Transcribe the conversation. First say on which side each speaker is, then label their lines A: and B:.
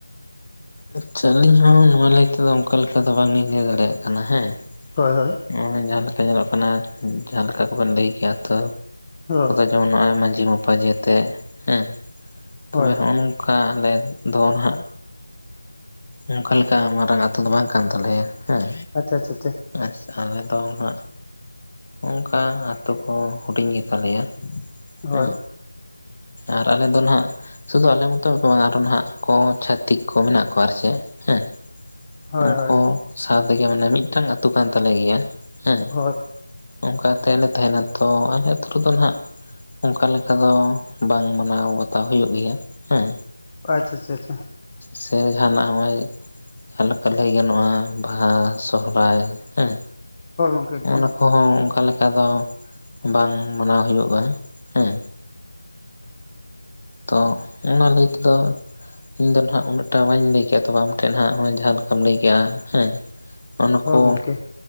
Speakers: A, on the left; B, on the left.
A: ᱟᱪᱪᱷᱟ ᱟᱹᱞᱤᱧ ᱦᱚᱸ ᱱᱚᱣᱟ ᱞᱟᱹᱭ ᱛᱮᱫᱚ ᱚᱱᱠᱟ ᱞᱮᱠᱟ ᱫᱚ ᱵᱟᱝ ᱞᱤᱧ ᱞᱟᱹᱭ ᱫᱟᱲᱮᱭᱟᱜ ᱠᱟᱱᱟ ᱦᱮᱸ,
B: ᱦᱳᱭ, ᱦᱳᱭ
A: ᱱᱚᱜᱚᱭ ᱡᱟᱦᱟᱸ ᱞᱮᱠᱟ ᱧᱮᱞᱚᱜ ᱠᱟᱱᱟ, ᱡᱟᱦᱟᱸ ᱞᱮᱠᱟ ᱠᱚᱵᱮᱱ ᱞᱟᱹᱭ ᱠᱮᱫᱟ ᱛᱚ,
B: ᱦᱳᱭ
A: ᱡᱮ ᱱᱚᱜᱼᱚᱭ ᱢᱟᱸᱡᱷᱤ ᱢᱟᱯᱟᱡᱷᱤ ᱟᱛᱮ ᱦᱮᱸ, ᱛᱚᱵᱮ
B: ᱦᱳᱭ
A: ᱦᱚᱜᱼᱚ ᱱᱚᱝᱠᱟ, ᱠᱟ ᱟᱞᱮ ᱫᱚ ᱱᱟᱦᱟᱜ ᱚᱱᱠᱟ ᱞᱮᱠᱟ ᱢᱟᱨᱟᱝ ᱟᱛᱳ ᱫᱚ ᱵᱟᱝ ᱠᱟᱱ ᱛᱟᱞᱮᱭᱟ ᱦᱮᱸ
B: ᱟᱪᱪᱷᱟ, ᱟᱪᱪᱷᱟ, ᱟᱪᱪᱷᱟ
A: ᱟᱨ ᱟᱞᱮ ᱫᱚ ᱦᱟᱜ ᱚᱝᱠᱟ ᱟᱛᱳ ᱠᱚ ᱦᱩᱰᱤᱧ ᱜᱮᱛᱟ ᱞᱮᱭᱟ,
B: ᱦᱳᱭ
A: ᱦᱮᱸ ᱟᱨ ᱟᱞᱮ ᱫᱚ ᱱᱟᱦᱟᱜ ᱥᱩᱫᱷᱩ ᱟᱞᱮ ᱢᱚᱛᱚ ᱟᱨᱚ ᱱᱟᱦᱟᱜ ᱠᱚ ᱪᱷᱟᱹᱛᱤᱠ ᱠᱚ ᱢᱮᱱᱟᱜ ᱠᱚᱣᱟ ᱟᱨ ᱪᱮᱫ ᱦᱮᱸ
B: ᱦᱳᱭ
A: ᱩᱱᱠᱩ
B: ᱦᱳᱭ
A: ᱥᱟᱶ ᱛᱮᱜᱮ ᱢᱟᱱᱮ ᱢᱤᱫᱴᱟᱝ ᱟᱹᱛᱩ ᱠᱟᱱ ᱛᱟᱞᱮ ᱜᱮᱭᱟ ᱦᱮᱸ
B: ᱦᱳᱭ
A: ᱚᱱᱠᱟ ᱠᱟᱛᱮᱫ ᱞᱮ ᱛᱟᱦᱮᱱᱟ ᱛᱚ ᱟᱞᱮ ᱟᱹᱛᱩ ᱨᱮᱫᱚ ᱦᱟᱸᱜ, ᱚᱱᱠᱟ ᱞᱮᱠᱟ ᱫᱚ ᱵᱟᱝ ᱢᱟᱱᱟᱣ ᱵᱟᱛᱟᱣ ᱦᱩᱭᱩᱜ ᱜᱮᱭᱟ ᱦᱮᱸ,
B: ᱟᱪᱪᱷᱟ, ᱟᱪᱪᱷᱟ, ᱟᱪᱪᱷᱟ
A: ᱥᱮ ᱡᱟᱦᱟᱱᱟᱜ ᱦᱚᱜᱼᱚᱭ ᱡᱟᱦᱟᱸ ᱞᱮᱠᱟ ᱞᱟᱹᱭ ᱜᱟᱱᱚᱜᱼᱟ ᱵᱟᱦᱟ ᱥᱚᱦᱚᱨᱟᱭ ᱦᱮᱸ,
B: ᱦᱳᱭ ᱜᱚᱝᱠᱮ ᱮᱠᱫᱚᱢ᱾
A: ᱚᱱᱟ ᱠᱚᱦᱚᱸ ᱚᱱᱠᱟ ᱞᱮᱠᱟ ᱫᱚ ᱵᱟᱝ ᱢᱟᱱᱟᱣ ᱦᱩᱭᱩᱜᱼᱟ ᱦᱮᱸ᱾ ᱛᱚ ᱚᱱᱟ ᱞᱟᱹᱭ ᱛᱮᱫᱚ ᱤᱧ ᱫᱚ ᱱᱟᱦᱟᱜ ᱩᱱᱟᱹᱜᱴᱟ ᱵᱟᱹᱧ ᱞᱟᱹᱭ ᱠᱮᱭᱟ ᱛᱚᱵᱮ ᱟᱢ ᱴᱷᱮᱱ ᱦᱟᱸᱜ ᱦᱚᱜᱚᱭ ᱡᱟᱦᱟᱸ ᱞᱮᱠᱟᱢ ᱞᱟᱹᱭ ᱠᱮᱜᱼᱟ ᱦᱮᱸ, ᱚᱱᱟ
B: ᱦᱳᱭ
A: ᱠᱚ
B: ᱜᱚᱢᱠᱮ